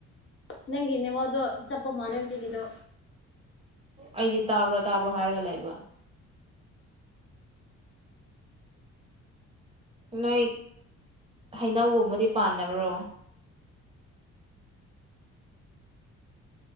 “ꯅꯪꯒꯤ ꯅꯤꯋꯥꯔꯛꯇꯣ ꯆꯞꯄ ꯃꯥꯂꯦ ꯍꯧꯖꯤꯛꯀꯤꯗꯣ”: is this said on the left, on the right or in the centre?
Left